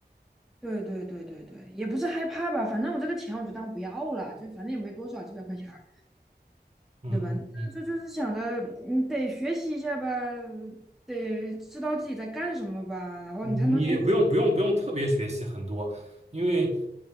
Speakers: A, in the centre; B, on the right.
A: 对对对对对，也不是害怕吧，反正我这个钱我就当不要了，就反正也没多少，几百块钱儿
B: 嗯嗯嗯。
A: 对吧？这这就是想着你得学习一下吧，得知道自己在干什么吧，然后你才能从
B: 嗯，你也不用不用不用特别学习很多，因为